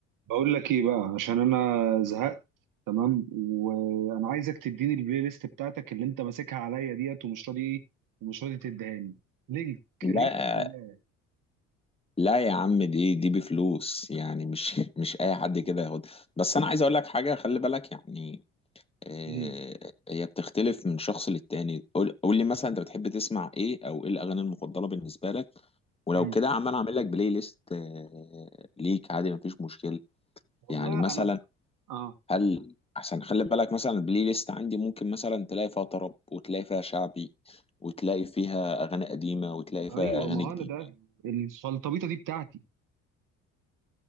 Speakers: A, on the right; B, on the left.
A: بقول لك ايه بقى عشان انا زهقت تمام وانا عايزك تديني البلاي ليست بتاعتك اللي انت ماسكها عليا ديت ومش راضي ايه ومش راضي تديهاني لينك
B: لا
A: لينك لله
B: لا يا عم دي دي بفلوس يعني مش <laughs> مش اي حد كده ياخد بس انا عايز اقول لك حاجه خلي بالك يعني آه،
A: امم
B: هي بتختلف من شخص للتاني قول قول لي مثلا انت بتحب تسمع ايه او ايه الاغاني المفضله بالنسبه لك ولو
A: امم
B: كده عم انا اعمل لك بلاي ليست آه، ليك عادي مفيش مشكله
A: والله
B: يعني مثلا
A: انا ز... اه
B: هل احسن خلي بالك مثلا البلاي ليست عندي ممكن مثلا تلاقي فيها طرب وتلاقي فيها شعبي وتلاقي فيها اغاني قديمه وتلاقي
A: ايوه
B: فيها اغاني
A: ما هو
B: جديده
A: انا ده الفلطبيطه دي بتاعتي